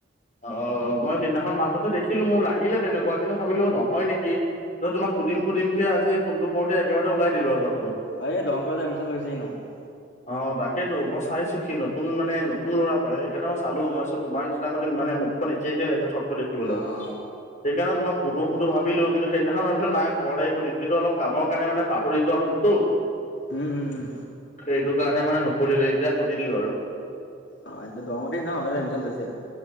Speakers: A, on the left; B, on the left.
A: অ' মই সিদিনাখন মাজতে দেখিলো মোৰ লাগিলে তেনেকুৱা, কিন্তু ভাবিলো নহয় নেকি? এই বিলাক সুধিম সুধিবকে আজি ফোনটো কৰোঁতে, একেবাৰে ওলাই দিলো আৰু কথাটো।
B: অ' এই দৰং‌ কলেজত এডমিচ্যন লৈছেহি নামটে।
A: অ 'তাকেতো মই চাইছো, সি নতুন মানে নতুন ল'ৰা হয়। সেইকাৰণে মই চালো, মইচো তোমাৰ নিচিনা মানে। মুখখন একে একে লাগিছে ঠগ টো দেখিবলৈ।
B: অ অ
A: সেইকাৰণে তোমাক। সুধো সুধো ভাবিলো কিন্তু সদিনাখন ভাবিলো নাই ঘৰত আহি সুধম কিন্তু অলপ কাম কাৰণ মানে পাহৰি যোৱা হ'লোতো।
B: উম, উম। উম।
A: সেইটো কাৰণে মানে নুসুধিলে এতিয়া সুধিলো আৰু।
B: অ এয়া দৰঙতে নয় মাজতে এডমিশ্যন লৈছে